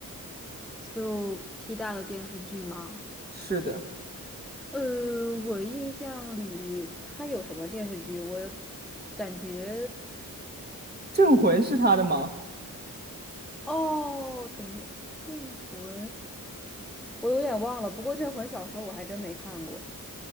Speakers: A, in the centre; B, on the right.
A: 就 P 大的电视剧吗？
B: 是的，
A: 呃，我印象里他有什么电视剧？我感觉
B: 《镇魂》是他的吗？
A: 哦，等一下，《镇魂》，我有点忘了，不过《镇魂》小说我还真没看过。